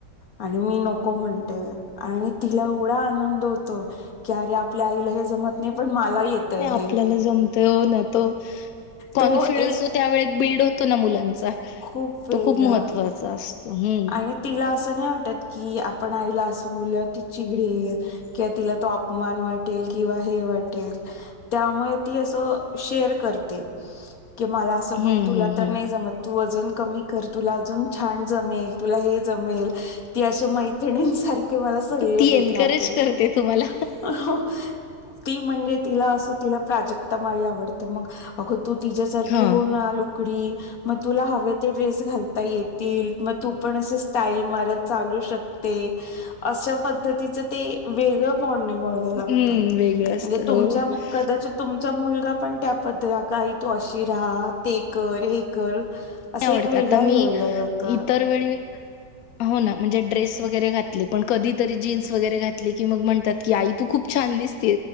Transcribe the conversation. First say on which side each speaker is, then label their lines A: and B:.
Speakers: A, on the left; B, on the left.
A: आणि मी नको म्हणते आणि तिला एवढा आनंद होतो की अरे आपल्या आईला हे जमत नाही पण मला येतय
B: आपल्याला
A: हे.
B: जमत ना तो कॉन्फिडन्स
A: तो एक
B: त्यावे बिल्ड होतो. मुलांचा
A: खूप वेगळा
B: तो खूप महत्त्वाचा असतो हम्म.
A: आणि तिला असं नाही वाटत की आपण तिला अस ब ति चिडेल किंवा तिला तो अपमान वाटेल किंवा हे वाटेल. त्यामुळे ती अस शेअर करते की मला अस
B: हम्म
A: बघ तुला
B: हम्म
A: तर
B: हम्म
A: नाही जम वजन कमी कर तुला अजुन छान जमेल तुला हे जमेल ती अस मैत्रिणी सारख. मला सल्ले
B: ती
A: देत
B: एनकरेज
A: राहते
B: करते तुम्हाला
A: हो. ती म्हणजे तिला असं तिला प्राजक्ता माळी आवडते मग अगं तू तिच्या्यासारखी
B: हा.
A: होऊ ना लुकडी मग तुला हवे. ड्रेस घालता येतील मग तू पण अस स्टाइल मारत. चालू शकते अशा पद्धतीच ते वेगळ. बॉडिंग व्हायला लागत
B: हम्म वेगळं असतं
A: म्हणजे तुमचा
B: हो नाही
A: कदाचित तुमचा मुलगा पण त्या पद्ध का तू अशी राहा ते कर हे कर. असं
B: नाही आवडत
A: एक वेगळ्या
B: आता मी
A: लेवलला जातं
B: इतर वेळी हो ना. म्हणजे ड्रेस वगैरे घातले पण कधी तरी जीन्स वगैरे घातले की मग म्हणतात की आई तू खूप छान दिस